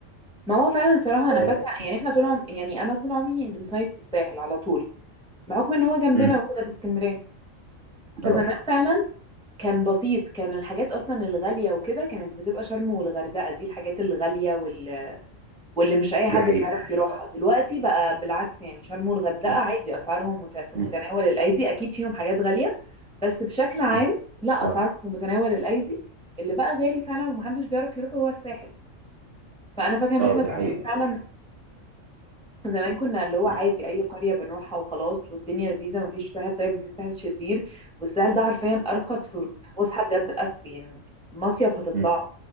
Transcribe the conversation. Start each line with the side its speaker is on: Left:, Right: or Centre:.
Centre: ما هو فعلا الصراحة
Right: اه
Centre: أنا فاكرة يعني إحنا طول عم... يعني أنا طول عمري بنصيف في الساحل على طول بحكم إن هو جنبنا
Right: مم،
Centre: وكده في اسكندرية فزمان
Right: آه،
Centre: فعلا كان بسيط كان الحاجات أصلا الغالية وكده كانت بتبقى شرم والغردقة دي الحاجات الغالية وال... واللي مش أي
Right: دي
Centre: حد
Right: حقيقه
Centre: بيعرف يروحها
Right: اه
Centre: دلوقتي بقى بالعكس يعني شرم والغردقة
Right: مم،
Centre: عادي أسعارهم مت... في
Right: مم،
Centre: متناول الأيدي أكيد فيهم حاجات غالية بس بشكل عام
Right: مم،
Centre: لا
Right: اه
Centre: أسعارهم في متناول الأيدي اللي بقى غالي فعلا ومحدش بيعرف يروح هو الساحل فأنا فاكرة إن
Right: اه
Centre: إحنا
Right: دي
Centre: زمان
Right: حقيقه
Centre: فعلا زمان كنا اللي هو
Right: مم،
Centre: عادي اي قريه بنروحها وخلاص والدنيا لذيذه مفيش ساحل طيب مفيش ساحل شرير والساحل ده حرفيا ارخص في في فسحه بجد أس يعني مصيف هتطلع
Right: مم.